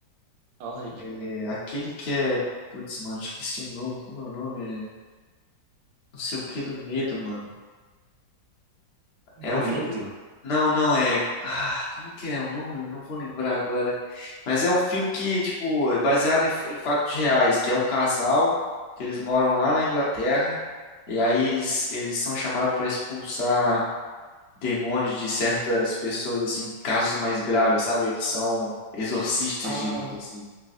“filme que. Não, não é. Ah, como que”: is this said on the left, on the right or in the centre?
Left